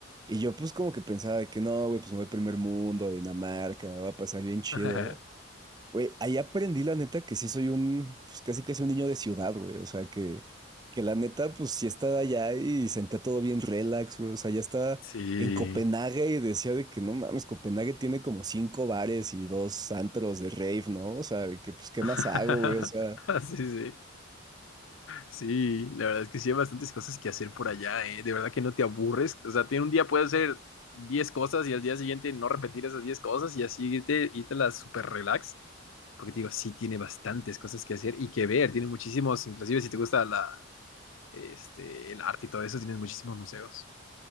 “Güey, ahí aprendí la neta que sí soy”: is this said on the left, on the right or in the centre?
Right